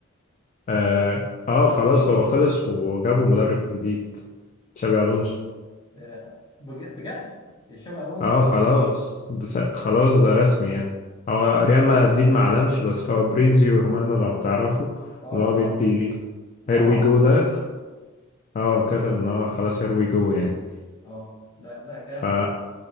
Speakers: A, on the left; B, on the left.
A: اه آه، خلاص هو خلص وجابوا مدرب جديد تشابي ألونسو
B: آه، بج- بجد شابي الونسو
A: اه خلاص ده س- خلاص ده رسمي يعني هو ريال مدريد ما اعلنش بس فابريزيو رومانو لو تعرفوا
B: اه
A: اللي هو
B: اه
A: بيدي
B: متابعه
A: هير وي
B: على
A: جو
B: تويتر
A: ده خ- اه كتب ان هو خلاص هير وي جو يعني
B: اه لا لا جامد
A: ف